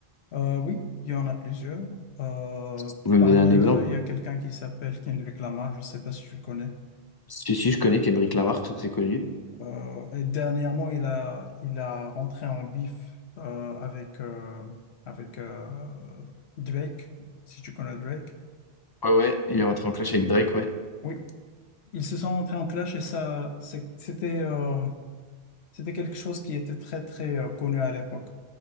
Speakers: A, on the left; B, on the left.
A: Euh, oui, il y en a plusieurs. Euh,
B: tu pouvez
A: parmi
B: me donner un
A: eux,
B: exemple?
A: il y a quelqu'un qui s'appelle Kendrick Lamar. Je ne sais pas si tu le connais.
B: Si, si, je connais Kendrick Lamar, très très connu.
A: Euh, et dernièrement, il a, il a rentré en bif euh, avec, euh, avec euh, Drake, si tu connais Drake.
B: Ouais, ouais, il est rentré en clash avec Drake, ouais.
A: Oui, ils se sont rentrés en clash et ça, c'est- c'était euh, c'était quelque chose qui était très, très euh, connu à l'époque,